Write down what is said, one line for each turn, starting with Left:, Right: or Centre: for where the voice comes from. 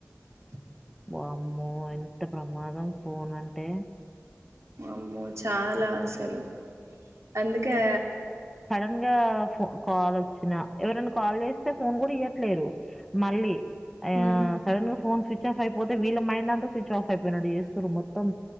Right: అ
Centre: వామ్మో ఎంత ప్రమాదం ఫోన్ అంటే
Right: వామ్మో చాలా అసలు అందుకే
Centre: సడన్ గా ఫో కాల్ వచ్చినా ఎవరైనా కాల్ చేస్తే ఫోన్ కూడా ఇయట్లేరు మళ్ళీ ఆయా
Right: ఉమ్
Centre: సడన్ గా ఫోన్ స్విచ్ ఆఫ్ అయిపోతే వీళ్ళ మైండ్ అంతా స్విచ్ ఆఫ్ అయిపోయినట్టు చేస్తూరు మొత్తం